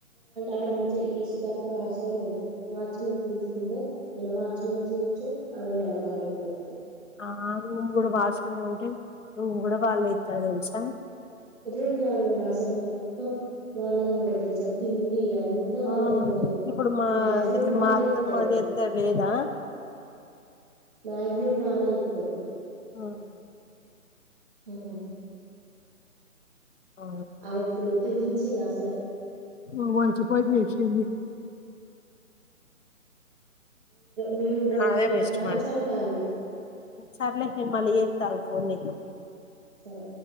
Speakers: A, in the centre; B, on the left.
A: అడ మంచి ఈ సూతర్ పని అవసరం లేదు వాచ్మెన్ కి చూసుకుంటే ఇనా వాచ్మెన్ చేయొచ్చు ఆమే ఇండట్ల పనికి పోవచ్చు.
B: ఆ రూమ్ కూడా వాచ్మెన్ ఉంటే రూమ్ కూడా వాళ్ళే ఇత్తారు తెలుసా
A: రూమ్ కాదు వదిన అసలు మొత్తం వాళ్లదే ఉంటుది తెలుసా తిన్ డి అంతా
B: ఆ
A: వాళ్ళద ఉంటది,
B: ఇప్పుడు మా
A: మాక్సిమం వాళ్ళే
B: మా అత్తమ్మ
A: ఇత్తరు.
B: చేత్తే లేదా
A: మాక్సిమం వాళ్ళే ఇత్తరు
B: ఆహా
A: హుం
B: ఆ
A: ఆమె ఇప్పుడు ఇచ్చే జీ చ్చి నాసాలె
B: మా మంచి పని చేసింది
A: మేము బో
B: అదే
A: పోయిన
B: బెస్ట్
A: కాంచి
B: మరి,
A: అంటాంది
B: సర్లే నేను మళ్ళీ చేస్తా ఆగు, ఉన్నికు <unintelligible>
A: సరే